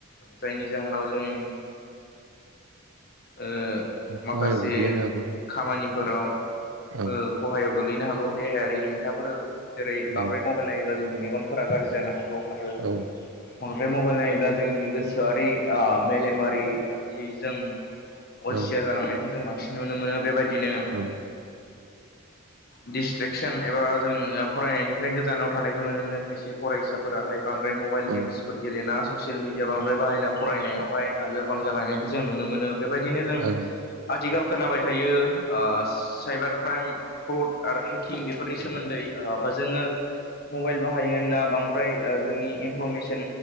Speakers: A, on the left; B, on the right.
A: जायनि जाहोनाव जों ओ माखासे
B: खहायाव गोग्लैनो हागौ
A: खामानिफोराव ओ
B: औ
A: खहायाव गोल्लैनो हागौ देहायारि हेंथाफोर जेरै बांद्राय
B: औ
A: मबाइल नायोब्ला जोंनि मेगन फोरा गाज्रि जानो हागौ आरो
B: औ
A: आरो मबाइल नायोब्ला जोंनि गोसोआरि आ मेलेमारि जों अलसिया
B: औ
A: जालांनायखौ जों बांसिन नुनो मोनो बेबायदिनो
B: औ
A: दिडिसट्रेकसन एबा जोंङ फरायनायनिफ्राय गोजानाव थानायखौ नुनो मोनो खायसे फरायसाफोराहाय बांद्राय मबाइल
B: औ
A: गेम्स ससियेल मिडिया बांद्राय बाहायना फरायनायावहाय लोरबां जालायनायखौ जों नुनो मोनो। बेबायदिनो जों
B: औ
A: आथिखाल खोनाबाय थायो ओ साइबार क्राइम फ्रड आरो हेकिं बेफो फोरनि सोमोन्दै ओ बा जोङो मबाइल बाहायो होनना बांद्राय ओ जोंनि इनफरमेस सन